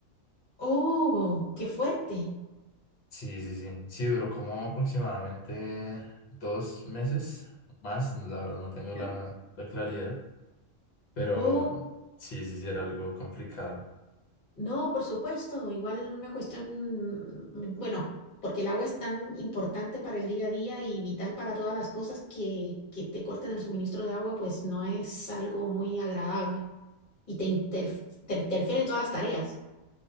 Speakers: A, on the left; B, on the left.
A: oh, qué fuerte.
B: Sí, sí, sí. Sí, duró como aproximadamente dos meses más. La verdad no tengo la,
A: ¿no?
B: la claridad. Pero
A: Oh,
B: sí, sí, sí, era algo complicado.
A: no, por supuesto, igual una cuestión, mm, bueno, porque el agua es tan importante para el día a día y vital para todas las cosas que, que te corten el suministro de agua, pues no es algo muy agradable y te, interf- te interfiere en todas las tareas.